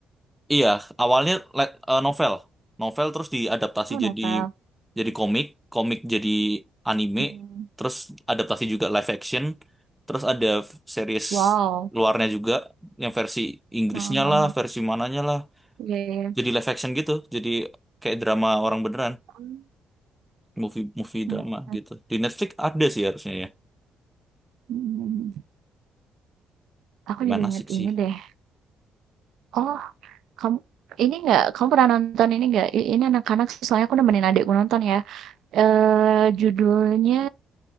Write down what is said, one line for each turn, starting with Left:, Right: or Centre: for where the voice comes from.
Centre: Iya, awalnya le- eh, novel, novel terus diadaptasi
Right: Oh novel,
Centre: jadi jadi komik, komik jadi anime,
Right: hmm
Centre: terus adaptasi juga live action, terus ada f- series
Right: wow,
Centre: luarnya juga yang versi Inggrisnya
Right: heeh heeh
Centre: lah,
Right: heeh,
Centre: versi mananya lah,
Right: iya iya,
Centre: jadi live action gitu, jadi kayak drama orang beneran,
Right: mmm,
Centre: movie movie
Right: mhm
Centre: drama gitu. Di Netflix ada sih harusnya ya,
Right: mhm mhm. Aku
Centre: gimana
Right: jadi inget
Centre: asik
Right: ini
Centre: sih.
Right: deh, oh kamu ini nggak, kamu pernah nonton ini nggak, i ini anak-anak soalnya aku nemenin adikku nonton ya, eh judulnya